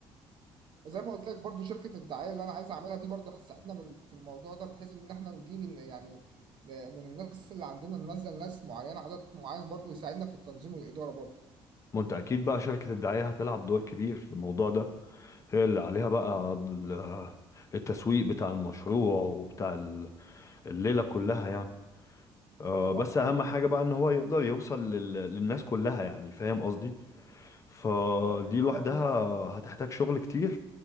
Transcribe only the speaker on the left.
ما انت اكيد بقى شركة الدعاية هتلعب دور كبير في الموضوع ده هي اللي عليها بقى ال- التسويق بتاع المشروع وبتاع ال- الليلة كلها يعني آه،
بس اهم حاجة بقى ان هو يقدر يوصل لل- للناس كلها يعني فاهم قصدي فدي
لوحدها
هتحتاج شغل كتير